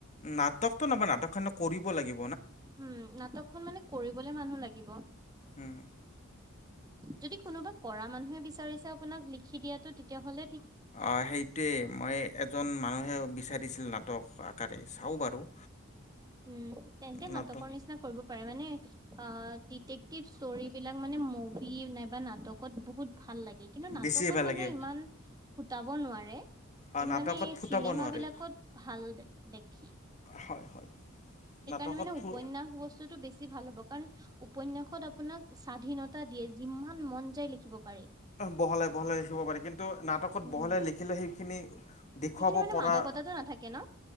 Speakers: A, on the left; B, on the right.
A: নাটকটো নবনা নাটক খানো কৰিব লাগি
B: উম, নাটকখন মানে কৰিবলে মানুহ লাগিব।
A: উম।
B: যদি কোনোবা কৰা মানুহে বিচাৰিছে আপোনাক লিখি দিয়াটো তেতিয়া হ'লে
A: অ' সেইটোৱে মই এজন মানুহে বিচাৰিছিল নাটক চাও বাৰু।
B: উম তেন্তে নাটকৰ
A: নাটক
B: নিচিনা কৰিব পাৰে মানে আ আহ, ডিটেক্টিভ ষ্টৰি বিলাক মানে মুভি নাইবা নাটকত বহুত ভাল লাগে কিন্তু নাটকত
A: বেছিয়ে ভাল
B: মানে
A: লাগে
B: ইমান সুটাব নোৱাৰে কিন্তু
A: অঁ নাটকত
B: মানে এই
A: ফুটাব
B: চিনেম
A: নোৱাৰে
B: বিলাকত ভাল দেখি।
A: হয় হয়।
B: সেইকাৰণে
A: নাটকত
B: মানে
A: ফু
B: উপন্যাস বস্তুতটো বেছি ভাল ব কাৰণ উপন্যাসত আপোনাক স্বাধীনতা দিয়ে যিমান মন যায় লিখিব পাৰি।
A: বহলাই - বহলাই খীলিব পাৰি কিন্তু নাটকত
B: উম,
A: বহলে লিখিলে সেইখিনি দেখুৱাব
B: সেইখিনি মানে
A: পৰা
B: মাদকতাটো নাথাকে ন'